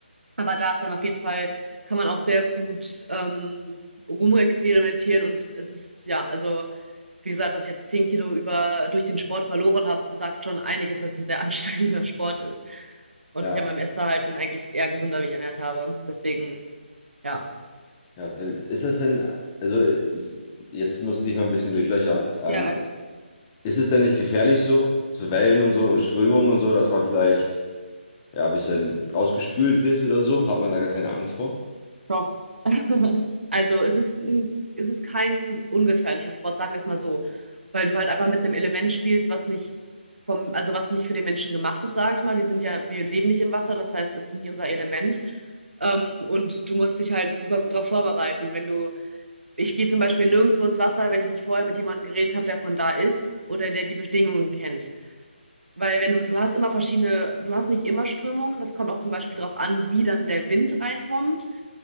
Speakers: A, on the right; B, on the left.
A: Aber da ist dann auf jeden Fall, kann man auch sehr gut ähm, rumexperimentieren und es ist, ja, also wie gesagt, dass ich jetzt zehn Kilo über, durch den Sport verloren habe, sagt schon einiges, dass es ein sehr <laughs> anstrengender Sport ist. Und
B: Ja,
A: ich an meinem Essverhalten eigentlich eher gesünder mich ernährt habe. Deswegen, ja.
B: ja, wild. Ist das denn, also jetzt muss ich dich mal ein bisschen durchlöchern. Ähm,
A: Ja,
B: ist es denn nicht gefährlich so, so Wellen und so und Strömungen und so, dass man vielleicht ja, ein bisschen rausgespült wird oder so, hat man da gar keine Angst vor.
A: doch. <laughs> Also es ist, mm, es ist kein ungefährlicher Sport, sagen wir es mal so. Weil du halt einfach mit einem Element spielst, was nicht vom, also was nicht für den Menschen gemacht ist, sage ich mal. Wir sind ja, wir leben nicht im Wasser, das heißt, es ist nicht unser Element. Ähm, und du musst dich halt super gut darauf vorbereiten. Wenn du ich gehe zum Beispiel nirgendwo ins Wasser, wenn ich nicht vorher mit jemandem geredet habe, der von da ist oder der die Bedingungen kennt. Weil wenn du, du hast immer verschiedene, du hast nicht immer Strömungen, das kommt auch zum Beispiel darauf an, wie dann der Wind reinkommt.